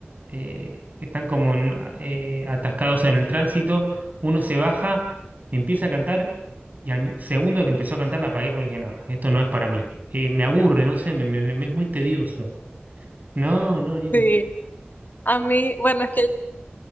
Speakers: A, on the right; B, on the left.
A: eh, están como en- eh, atascados en el tránsito. Uno se baja, empieza a cantar y al segundo que empezó a cantar la apagué porque dije, no, esto no es para mí. Eh, me aburre, no sé, me, me- me- me es muy tedioso. No, no, ni en-
B: Sí, a mí, bueno, es que